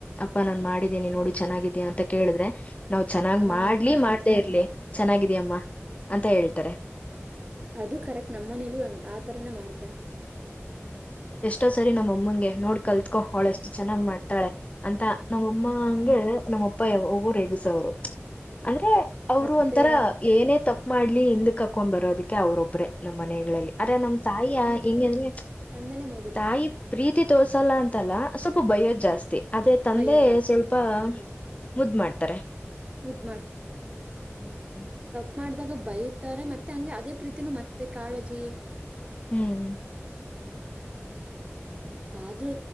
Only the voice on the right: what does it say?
ಹ್ಮ್
ಅದು ಕರೆಕ್ಟ್ ನಮ್ ಮನೇಲೂ ಹಂಗ್ ಆ ಆ ತಾರಾನೂ ಮಾಡ್ತಾರೆ
ಮತ್ತೆ
ತಂದೇನೆ ಮೊದಲು
ಬೈಯೋ ಜಾಸ್ತಿ
ಹ್ಮ್
ಮುದ್
ತಪ್ಪ ಮಾಡ್ದಾಗ ಬೈತಾರೆ ಮತ್ತೇ ಹಂಗೇ ಅದೇ ಪ್ರೀತಿನು ಮತ್ತೆ ಕಾಳಜಿ
ಆದ್ರು